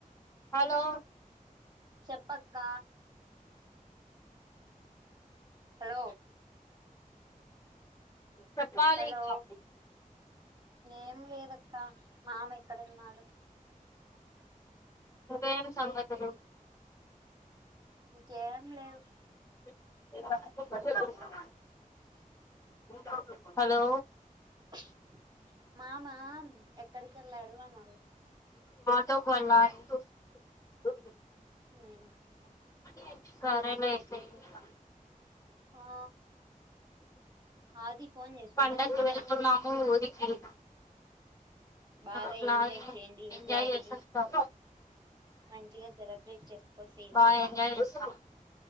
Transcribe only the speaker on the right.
చెప్పక క్క హలో
హలో
ఏం లేదక్క మామె ఎక్కడన్నాడు
ఇకేమ్లేదు
<inaudible> మామా ఎక్ క్కడికెళ్లాడు అన్ అడుగుత్
ఉమ్ హ్
ఆ ఆది ఫోన్ చేసిందా
నీకు
బాగా
ఎంజాయ్ చేయండి
ఉగాది
మంచిగా సెలబ్రేట్ చేసుకోసి